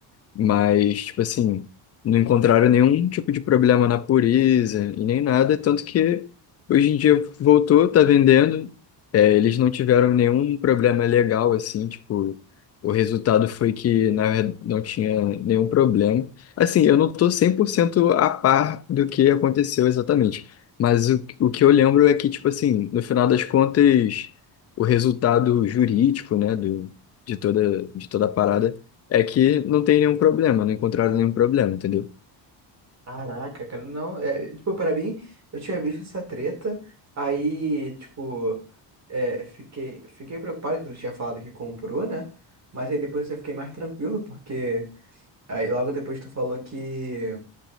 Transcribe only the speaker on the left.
mas, tipo assim, não encontraram nenhum tipo de problema na pureza e nem nada, tanto que hoje em dia voltou, tá vendendo. É, eles não tiveram nenhum problema legal, assim, tipo, o resultado foi que, na verdade, não tinha nenhum problema. Assim, eu não estou cento a par do que aconteceu exatamente, mas o, o que eu lembro é que, tipo assim, no final das contas, o resultado jurídico, né, do, de toda, de toda a parada é que não tem nenhum problema, não encontraram nenhum problema, entendeu?